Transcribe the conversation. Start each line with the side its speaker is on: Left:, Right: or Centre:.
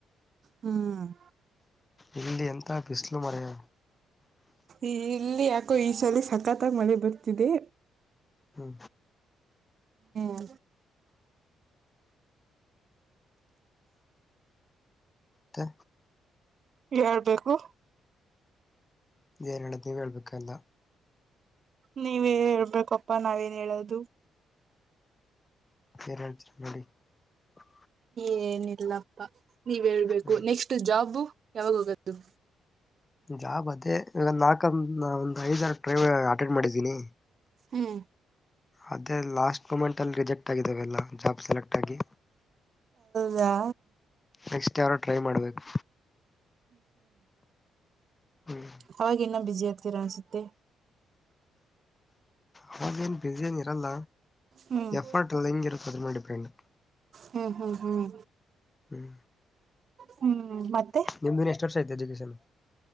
Right: ಹ್ಮ್
Left: ಇಲ್ಲಿ ಎಂತ ಬಿಸಲು ಮರೆಯ
Right: ಇಲ್ಲಿ ಯಾಕೋ ಈ ಸಲಿ ಸಕ್ಕತ್ತಾಗ್ ಮಳೆ ಬರ್ತಿದೆ.
Left: ಹ್ಮ
Right: ಹ್ಮ
Left: ತ್ತೆ
Right: ಹೇಳ್ಬೇಕು.
Left: ಏನ್ ಹೇಳದ್ ನೀವೆ ಹೇಳ್ಬೇಕ್ ಎಲ್ಲ.
Right: ನೀವೇ ಹೇಳ್ಬೇಕಪ್ಪಾ ನಾವೇನ್ ಹೇಳದು.
Left: ಹೇರಳ್ ಚ <unintelligible>
Right: ಏನಿಲ್ಲ ಪ ನೀವ್ ಹೇಳ್ಬೇಕು
Left: ಹ್ಮ್
Right: ನೆಕ್ಸ್ಟ್ ಜಾಬ್ ಯಾವಾಗೊಗದು.
Left: ಜಾಬ್ ಅದೇ ಲ ನಾಕ ಕಮ್ ಒಂದ್ ಐದ್ ಆರ್ ಟ್ರೈವ ಅಟೆಂಡ್ ಮಾಡಿದ್ದೀನಿ
Right: ಹ್ಮ್
Left: ಅದೇ ಲಾಸ್ಟ್ ಮುಮೆನ್ ಟಲ್ ರಿಜೆಕ್ಟ್ ಆಗಿದ್ದಾವೆಲ್ಲ ಜಾಬ್ ಸೆಲೆಕ್ಟ್ ಆಗಿ
Right: ದಾ
Left: ನೆಕ್ಸ್ಟ್ ಯಾರೋ ಟ್ರೈ ಮಾಡ್ಬೇಕು. ಹ್ಮ್
Right: ಅವಾಗ್ ಇನ್ನ ಬ್ಯುಸಿ ಆಗ್ತೀರಾ ಅನ್ಸುತ್ತೆ.
Left: ಅವಾಗೇನ್ ಬ್ಯುಸಿ ಏನ್ ಇರಲ್ಲ
Right: ಹ್ಮ್
Left: ಎಫರ್ಟ್ ಎಲ್ಲ ಹೆಂಗ ಇರತ್ತ ಅದ್ರು ಮೇಲ್ ಡಿಪೆಂಡ್.
Right: ಹ್ಮ್ ಹ್ಮ್ ಹ್ಮ್
Left: ಹ್ಮ್
Right: ಹ್ಮ್ ಮತ್ತೆ
Left: ನಿಮ್ದಿನ್ನು ಎಷ್ಟು ವರ್ಷ ಐತ್ ಎಜುಕೇಷನ್?